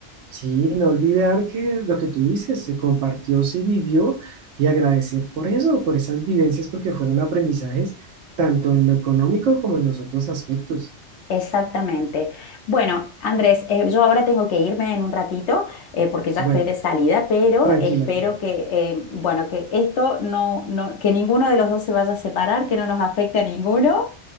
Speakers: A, on the right; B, on the left.
A: sí, no olvidar que lo que tú dices se compartió, se vivió y agradecer por eso, por esas vivencias, porque fueron aprendizajes tanto en lo económico como en los otros aspectos.
B: Exactamente. Bueno, Andrés, eh, yo ahora tengo que irme en un ratito eh, porque ya
A: Bueno,
B: estoy de salida, pero
A: tranquila,
B: espero
A: tranquila.
B: que, eh, bueno, que esto no, no- que ninguno de los dos se vaya a separar, que no nos afecte a ninguno.